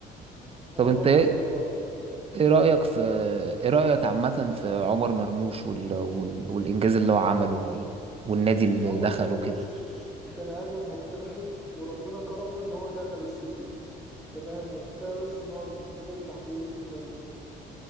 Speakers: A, in the centre; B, on the right.
A: انا
B: طب انت
A: برضو
B: ايه
A: كده بقى
B: ايه رأيك في ايه رأيك عامة في عمر مرموش وال... وال... والإنجاز اللي هو عمله وال... والنادي اللي
A: عمر
B: دخله
A: مرموش
B: كده
A: بني ادم مجتهد وربنا كرمه ان هو دخل السيتي انت فاهم وكفايه بس ان هو اللعب تحت ايد بيب جوارديولا